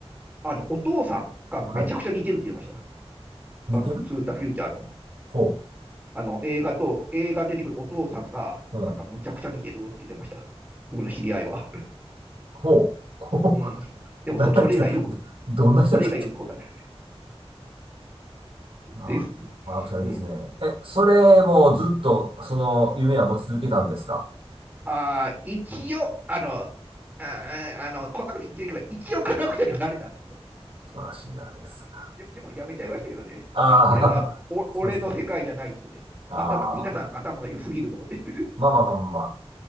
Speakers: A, on the right; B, on the right.
A: あの、お父さんがめちゃくちゃ似てるって言いました。
B: はい。似てる
A: バックトゥーザフューチャーの。
B: ほ
A: あの、映画と、映画に出てくるお父さんが、
B: う。うん
A: なんかむちゃくちゃ似てるって言ってました。僕の知り合いは。
B: ほう。<laughs> ほう。
A: うん。でもそ、
B: 何やった
A: それ以外よく、
B: どんな人だったっけ
A: それ以外よくわかんない。
B: ああ、
A: です。
B: ワークションいいですね。
A: うん。
B: え、それもうずっとその夢は持ち続けたんですか
A: ああ、一応、あの、ああの、こんなこと言っちゃいけない。一応科学者にはなれたんですよ。
B: 素晴らしいじゃないですか。
A: ででもやめちゃいましたけどね。
B: ああ、
A: あ、これはお俺の世界じゃないと思って。
B: <laughs> そうですね。ああ、
A: 頭、皆さん頭が良すぎると思って。
B: まあまあまあまあまあ。